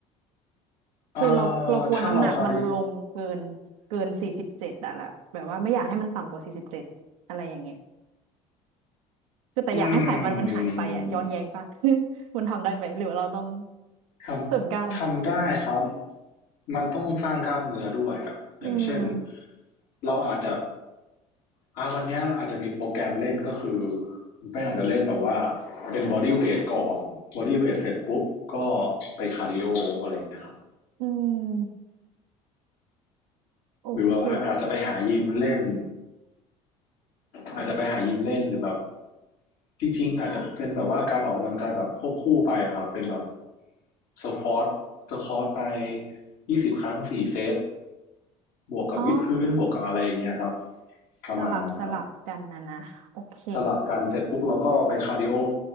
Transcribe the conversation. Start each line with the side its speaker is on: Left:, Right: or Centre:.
Left: เอ่
Right: คือเราเรากลัวน้ำหนักมันลงเกินเกินสี่สิบเจ็ดอะละแบบว่าไม่อยากให้มันต่ำกว่าสี่สิบเจ็ดอะไรอย่างเงี้ย
Left: อถ้าเราคาวี
Right: คือแต่อยากให้ไขมันมันหายไปอะย้อนแย้งปะ
Left: อืม
Right: <laughs> มันทำได้ไหมหรือว่าเราต้อง
Left: ทำทำได้ครับ
Right: เสริมกล้าม
Left: มันต้องสร้างกล้ามเนื้อด้วยอะอย่างเช่น
Right: อืม
Left: เราอาจจะอ่าวันเนี้ยอาจจะมีโปรแกรมเล่นก็คือแป้งอาจจะเล่นแบบว่าเป็นบอดี้เวทก่อนบอดี้เวทเสร็จปุ๊บก็ไปคาร์ดิโออะไรอย่างเงี้ยครับ
Right: อืมโอเค
Left: หรือว่าอาอาจจะไปหายิมเล่น อาจจะไปหายิมเล่นหรือแบบจริงๆอาจจะเป็นแบบว่าการออกกำลังกายแบบควบคู่ไปอะครับเป็นแบบสควอตสควอตไปยี่สิบครั้งสี่เซตบวกกับวิดพื้นบวกกับอะไรอย่างเงี้ยครับ
Right: อ๋อ
Left: ประมาณนั้นครับ
Right: สลับสลับกันนะนะโอเค
Left: สลับกันเสร็จปุ๊บเราก็ไปคาร์ดิโอ